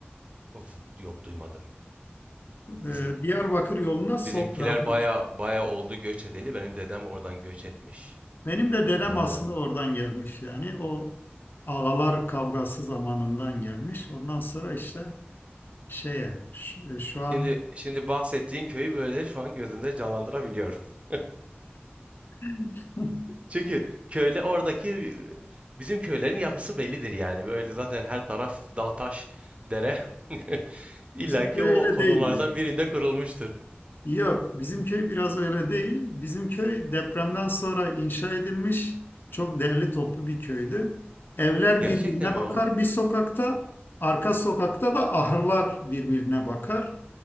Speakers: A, on the right; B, on the left.
A: Of, yok duymadım.
B: e,
A: Bizim
B: Diyarbakır yolunda sol
A: bizimkiler
B: tarafadır.
A: baya baya oldu göç edeli. Benim dedem oradan göç etmiş.
B: Benim de dedem
A: Ee,
B: aslında oradan gelmiş yani. O ağalar kavgası zamanından gelmiş. Ondan sonra işte şeye şu, e, şu
A: Şimdi
B: an
A: şimdi bahsettiğin köyü böyle şu an gözümde canlandırabiliyorum. <laughs>
B: <laughs>
A: Çünkü köyle oradaki bizim köylerin yapısı bellidir yani. Böyle zaten her taraf dağ taş dere. <laughs> İlla
B: bizim
A: ki
B: köy
A: o
B: öyle
A: konumlardan
B: değildi.
A: birinde kurulmuştur.
B: Yok, bizim köy biraz öyle değil. Bizim köy depremden sonra inşa edilmiş çok değerli toplu bir köydü. Evler
A: Gerçekten
B: birbirine
A: mi
B: bakar
A: o?
B: bir sokakta, arka sokakta da ahırlar birbirine bakar.